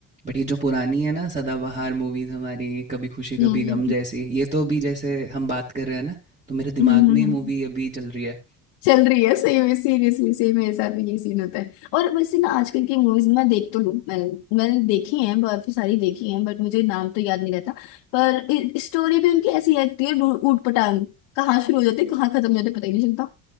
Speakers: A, on the right; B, on the left.
A: बट ये जो पुरानी है ना सदाबहार मूवीज़ हमारी, कभी खुशी कभी
B: हम्म
A: गम जैसी, ये तो अभी जैसे हम बात कर रहे हैं ना, तो मेरे दिमाग
B: हम्म
A: में
B: हम्म,
A: ये
B: हम्म।
A: मूवी अभी चल रही है।
B: चल रही है सही में सीरियसली सही मेरे साथ भी यही सीन होता है और वैसे ना आजकल की मूवीज मैं देख तो लूँ मैं मैंने देखी हैं काफी सारी देखी हैं बट मुझे नाम तो याद नहीं रहता पर स्टोरी भी उनकी ऐसी रहती है ऊट ऊट पटांग कहाँ शुरू हो जाती है कहाँ खत्म हो जाती है पता ही नहीं चलता